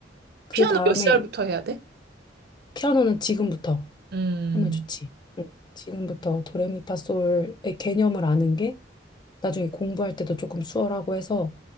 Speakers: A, on the left; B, on the right.
A: 그
B: 피아노
A: 다음에
B: 몇 살부터 해야 돼?
A: 피아노는 지금부터
B: 음.
A: 하면 좋지. 응. 지금부터 도레미파솔의 개념을 아는 게 나중에 공부할 때도 조금 수월하고 해서